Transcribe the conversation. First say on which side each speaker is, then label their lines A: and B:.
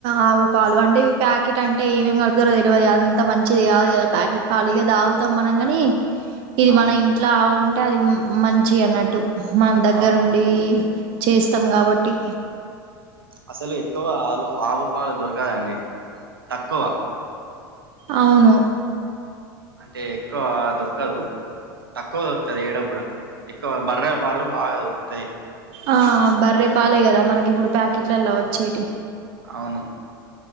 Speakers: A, on the right; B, on the right.
A: ఆవు పాలు
B: అవు
A: అంటే ఇవి ప్యాకెట్ అంటే అంటే ఏమేమి కడతారో తెలివదు అదంత మంచిది కాదు కదా ప్యాకెట్ పాాలు గా తాగుతాం మనం కాని ఇది
B: అవును
A: మన ఇంట్లో ఆవు ఉంటే అది మంచి అన్నట్టు మన దగ్గరుండి
B: అవునవును
A: చేస్తాం కాబట్టి
B: అసలు ఎక్కువ ఆలు ఆవు పాలు దొరకదండి తక్కువ
A: అవును.
B: అంటే ఎక్కువ దొరకదు తక్కువ దొరుకుతంది ఏడ కూడా ఎక్కువ బర్రె పాలు బాగా దొరుకుతాయి
A: ఆ బర్రే పాలే కదా మనకి ఇప్పుడు ప్యాకెట్లలో వచ్చేటి
B: అవును